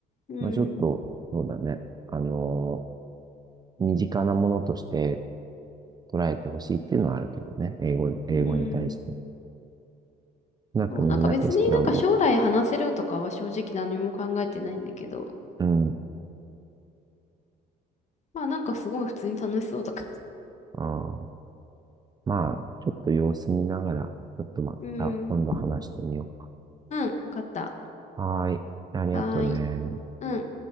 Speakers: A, on the left; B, on the right.
A: うん。
B: まあ、ちょっと、そうだね、あのー身近なものとして捉えてほしいっていうのはあるけどね、英語、英語に対して。
A: うん。
B: 少なくとも苦手意識はも
A: そう、なんか別になんか将来話せるとかは正直何も考えてないんだけど、
B: う、うん、
A: まあなんかすごい普通に楽しそうだから。
B: あー、まあ、ちょっと様子見ながら、ちょっとまた今度話してみようか。
A: うん。うん、わかった。
B: はーい。ありがとうね。
A: はーい。うん。